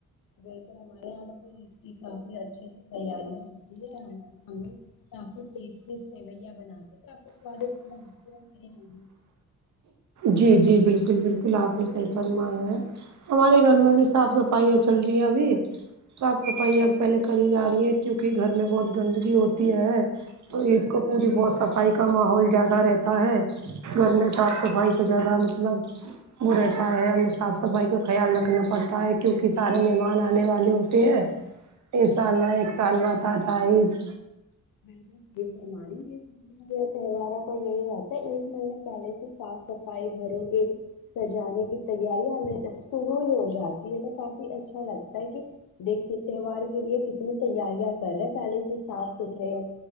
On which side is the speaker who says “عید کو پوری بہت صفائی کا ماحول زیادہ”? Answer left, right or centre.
Right